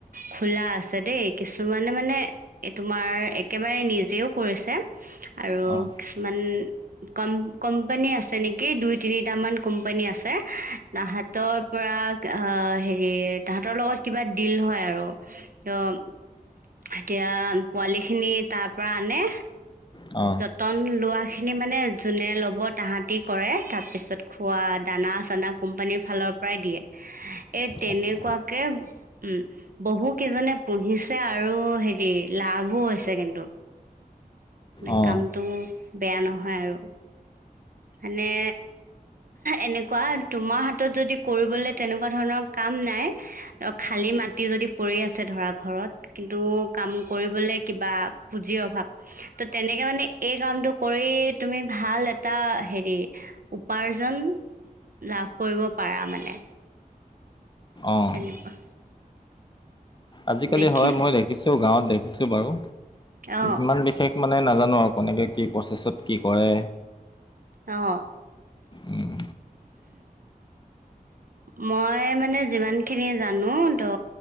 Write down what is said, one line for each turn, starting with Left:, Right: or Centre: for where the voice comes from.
Right: খোলা আছে দেই কিছুমানে মানে এই তোমাৰ একেবাৰে নিজেও কৰিছে। আৰু
Left: অঁ
Right: কিছুমান কম কোম্পানী আছে নেকি দুই তিনিটামান কোম্পানী আছে তাহতৰ পৰা হেৰি তাহাঁতৰ লগত কিবা দিল হয় আৰু ত', এতিয়া পোৱালি খিনি তাৰ পৰা আনে,
Left: অ,
Right: কটন লোৱাখিনি মানে যোনে ল'ব তাহাঁতি কৰে। তাৰপিছত খোৱা দানা চানা কোম্পানীৰ ফালৰ পৰাই দিয়ে এই তেনেকুৱা
Left: আচ্ছা
Right: কে, উম, বহু কেইজনে পুহিছে আৰু হেৰি লাভো হৈছে কিন্তু। মানে
Left: অঁ
Right: কামটো বেয়া নহয় আৰু। এনে এনেকুৱা তোমাৰ হাতত যদি কৰিবলৈ তেনেকুৱা ধৰণৰ কাম নাই। খালী মাটি যদি পৰি আছে ধৰা ঘৰত। কিন্তু কাম কৰিবলে কিবা পুঁজিৰ অভাৱ। ত তেনেকে মানে এই কামটো কৰি তুমি ভাল এটা হেৰি উপাৰ্জন লাভ কৰিব পাৰা মানে।
Left: অঁ
Right: তেনেকুৱা।
Left: আজিকালি
Right: দেখিছ
Left: হয় মই দেখিছোঁ গাঁৱত দেখিছোঁ বাৰু
Right: অঁ
Left: ইমান বিশেষ মানে নাজানো আৰু কেনেকে কি প্ৰচেছত কি কৰে,
Right: আহ,
Left: উম,
Right: মই মানে যিমানখিনি জানো তো